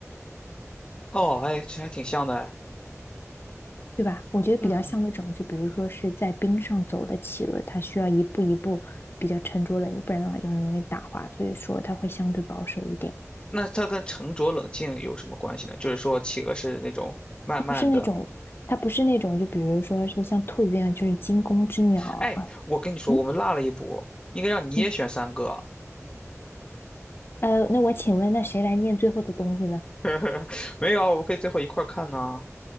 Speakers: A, on the left (about 20°); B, on the left (about 45°).
A: 哦，哎，这还挺像的哎，
B: 对吧？我觉得比较像那种，
A: 嗯，
B: 就比如说是在冰上走的企鹅，它需要一步一步比较沉着冷静，不然的话就很容易打滑，所以说它会相对保守一点。
A: 那它跟沉着冷静有什么关系呢？就是说，企鹅是那种慢慢的，
B: 不是那种，它不是那种，就比如说是像兔子一样，就是惊弓之鸟啊。
A: 哎，我跟你说，
B: 嗯
A: 我们落了一步，应该让你也选三个。
B: 嗯，呃，那我请问，那谁来念最后的东西呢？
A: <laughs> 没有啊，我们可以最后一块儿看呢。